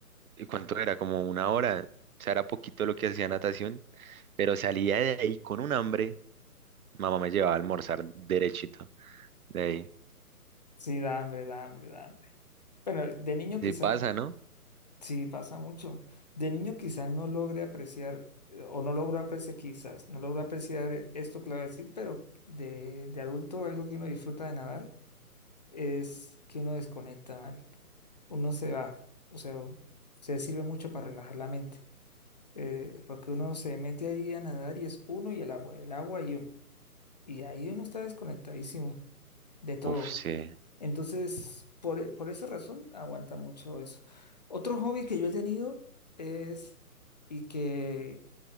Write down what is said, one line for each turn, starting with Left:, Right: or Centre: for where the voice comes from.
Right: ¿y ¿cuánto era? Como una hora, o sea, era poquito lo que hacía natación, pero salía de ahí con un hambre, mamá me llevaba a almorzar derechito de ahí.
Left: Sí, da hambre, da hambre, da hambre. Bueno, de niño quizás
Right: Sí pasa,
Left: no
Right: ¿no?
Left: Sí, pasa mucho. De niño quizás no logre apreciar, eh, o no logro apreciar quizás, no logro apreciar eh, esto que le voy a decir, pero de, de adulto algo que uno disfruta de nadar es que uno desconecta, marica. Uno se va, o sea, se sirve mucho para relajar la mente, eh, porque uno se mete ahí a nadar y es uno y el agua, el agua y uno. Y ahí uno está desconectadísimo de todo.
Right: Uf, sí.
Left: Entonces, por, e- por esa razón, aguanta mucho eso. Otro hobby que yo he tenido es, y que